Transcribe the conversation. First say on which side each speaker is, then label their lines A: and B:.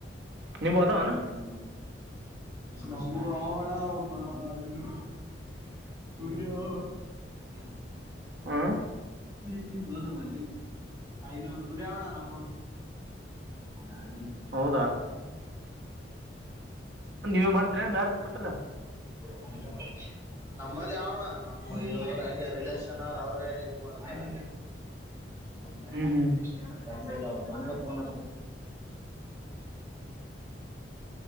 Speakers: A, on the right (about 75°); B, on the right (about 15°).
A: ನಿಮ್ಗ ಅದಾವನ
B: ನ ಪಣ ನಮು ಆ ಒಳ ಒಂದು ಇನ್ನೂ
A: ಹ್ಮ್
B: ರಾನ
A: ಹ್ಮ್
B: ತಿು ಬಲ್ಲ ಮಾಡದ ಐನೂರು ಕುರಿ ಆವಣ ನಂಬೂರು ನಾನ
A: ಹೌದಾ ನೀವೇ ಮಾಡ್ತರಾ ಬೇರ ಕೊಟ್ಟ್ರಾ
B: ಅ್ರಷ ನಮ್ಮಲ್ಲಿ ಅವಣ್ಣ ನಮ್ಮ ಇವ್ರ ಹಗೆ ರಿಲೇಷನ್ ಅವ್ರ ಅವ್ರೇ ಇದು ಮಾಡ್ತಾರೆ <unintelligible>
A: ಹ್ಮ್ ಹ್ಮ್
B: ಕೆಲಸ ಇಲ್ಲ ಮನೆಗೆ ಫೋನ್